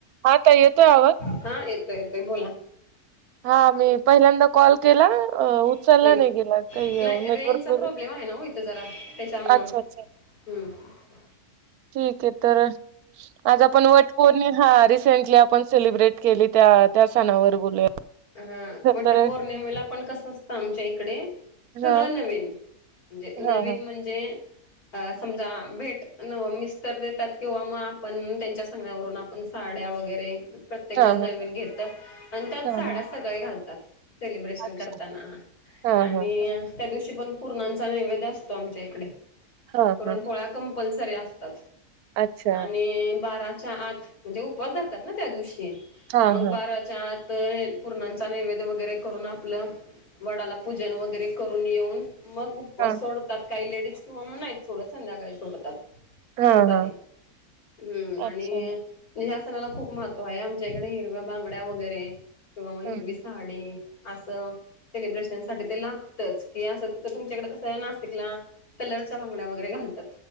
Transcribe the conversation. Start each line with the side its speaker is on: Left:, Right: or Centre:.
Right: हा ताई येतो आवाज?
Left: हा येतोय येतोय बोला.
Right: हा मी पहिल्यांदा. कॉल केला उचलला
Left: हम्म
Right: नाही गेला, काही
Left: नाही
Right: नेटवर्क
Left: रेंजचा
Right: वरेच.
Left: प्रॉब्लेम आहे ना हो इथं जरा त्याच्यामुळं
Right: कस.
Left: हम्म हम्.
Right: ठीक आहे तर. आज आपण वटपौर्णिमा ह रिसेंटली आपण सेलिब्रेट केली त्यात. त्या सणावर बोलूया.
Left: ह वटपौर्णिमेला
Right: तर
Left: पण कसं असतं आमच्या इकडे सगळं
Right: हा
Left: नवीन. म्हणजे
Right: हा
Left: नवीन
Right: हा
Left: म्हणजे. अ समजा भेट मिस्तर देतात, किंवा मग आपण त्यांच्या सांगण्यावरून. पण साड्या वगैरे प्रत्येक
Right: हा
Left: जण
Right: हा
Left: नवीन घेत, आणि त्यात
Right: हा
Left: साड्या
Right: हा
Left: सगळे घालतात. सेलिब्रेशन
Right: अच्छा
Left: करताना हा
Right: हा
Left: आणि.
Right: हा
Left: त्या दिवशी पण पूर्णांचा नैवेद असतो आमच्या इकडे,
Right: हा
Left: पुरण
Right: हा
Left: पोळ्या. कंपल्सरी असतात
Right: अच्छा
Left: आणि बाराच्या आत. म्हणजे उपवास धरतात ना त्या दिवशी
Right: हा
Left: मग बारा.
Right: हा
Left: बाराचा आता पूर्णांचा नैवेद वगैरे करून आपलं. वडाला पूजन वगैरे करून येऊन मग. उपवास
Right: हा
Left: सोडतात काही लेडीज, किंवा मग नाहीच सोडत संध्याकाळी सोडतात.
Right: हा
Left: असं
Right: हा
Left: आहे, हम्म
Right: अच्छा
Left: आणि. म्हणजे या सनाला खूप महत्व आहे आमच्या इकडे, हिरव्या बांगड्या वगैरे, किंवा मग हिरवी
Right: हा हा.
Left: साडी. असं सेलिब्रेशनसाठी ते लागतच कि असं. तुमच्याकडे कस नाशिक ला कलरच्या भांगड्या वगैरे घालतात